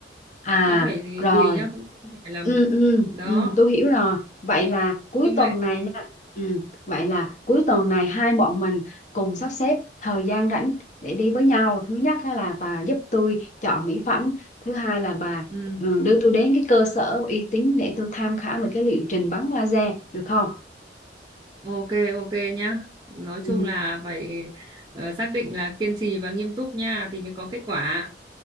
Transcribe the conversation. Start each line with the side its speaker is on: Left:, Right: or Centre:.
Left: À
Right: nó phải thì
Left: rồi
Right: tùy nhá cũng không phải là
Left: ừ
Right: một
Left: ừ
Right: đó
Left: ừ tôi hiểu rồi vậy là cuối
Right: ông
Left: tuần
Right: này
Left: này nha ừ vậy là cuối tuần này hai bọn mình cùng sắp xếp thời gian rảnh để đi với nhau thứ nhất á là bà giúp tôi chọn mỹ phẩm thứ hai là bà
Right: ừ.
Left: ừ, đưa tôi đến cái cơ sở uy tín để tôi tham khảo về cái liệu trình bắn laser được không
Right: ok ok nhá nói
Left: ừ
Right: chung là phải ờ, xác định là kiên trì và nghiêm túc nha thì mới có kết quả